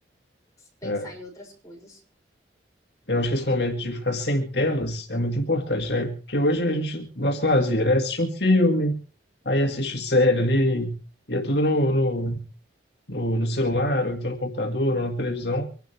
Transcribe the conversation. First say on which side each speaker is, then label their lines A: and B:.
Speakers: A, on the left; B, on the left.
A: pensar
B: é.
A: em outras coisas.
B: Eu acho que esse momento de ficar sem telas é muito importante, né? Porque hoje a gente, nosso lazer é assistir um filme, Aí assiste série ali, e é tudo no, no, no, no celular, ou então no computador, ou na televisão.